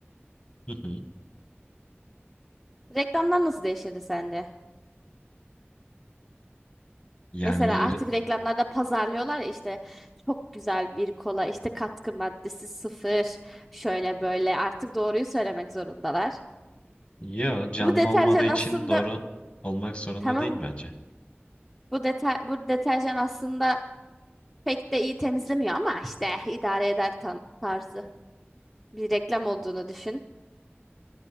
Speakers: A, on the left (about 30°); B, in the centre.
A: Hı hı.
B: Reklamlar nasıl değişirdi sende?
A: Yani
B: Mesela artık
A: re-
B: reklamlarda pazarlıyorlar ya işte çok güzel bir kola işte katkı maddesi sıfır şöyle böyle artık doğruyu söylemek zorundalar.
A: yo canlı
B: Bu deterjan
A: olmadığı için
B: aslında
A: doğru olmak zorunda
B: tamam
A: değil bence.
B: bu deter bu deterjan aslında pek de iyi temizlemiyor ama işte idare eder tam tarzı bir reklam olduğunu düşün.